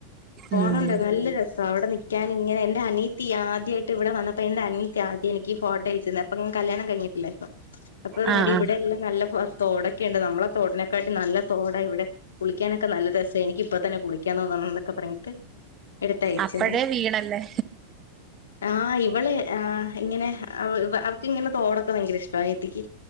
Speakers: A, on the left; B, on the right.
A: പോണണ്ട
B: ഉം
A: നല്ല രസ സ അവിടെ നിക്കക്കാനിങ്ങനെ എന്റെ അനിയത്തി ആദ്യയായി റ്റ് ഇവിടെ വന്നപ്പോ എന്റെ അനിയത്തി ആദി എനിക്ക് ഈ ഫോട്ടോ അയച്ചന്ന അപ്പ ഞൻ കല്യാണം കഴിഞ്ഞിട് അപ്പ ഇറങ്ങടി
B: ആ ആ
A: ഇവിടെയല്ലാം നല്ല ഫ തോടൊക്കെണ്ട് നമ്മള തോടനെക്കാട്ടി നല്ല തോടാ ഇവിടെ കുളിക്കാനൊക്കെ നല്ല രസാ, എനിക്ക് ഇപ്പ തന്നെ കുളിക്കാന്ന് തോന്നണം എന്നൊക്കെ പറഞ്ഞിട്ട് എടുത്തയച്ച്
B: അപ്പഴേ വീണല്ലേ.
A: ആ ഇവളെ ആ ഇങ്ങനെ അവ ഇവ അവക്ക് ഇങ്ങനെ തോടൊക്കെ ഭയങ്കര ഇഷ്ട അനിത്തിക്ക്.